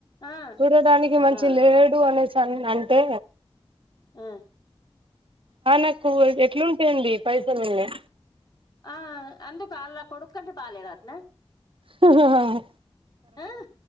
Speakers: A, on the left; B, on the right.
A: ఆ
B: చూడడానికి మంచి
A: అవును
B: లేడు అనేసాను అని అంటే
A: మ్
B: ఆ ఆయనకు ఎట్లుంటేంది పైసలున్నాయి.
A: ఆ అందుకా ఆళ్ల కొడుక్కంటే బాలేడట్నా
B: హహహ్
A: ఆహ్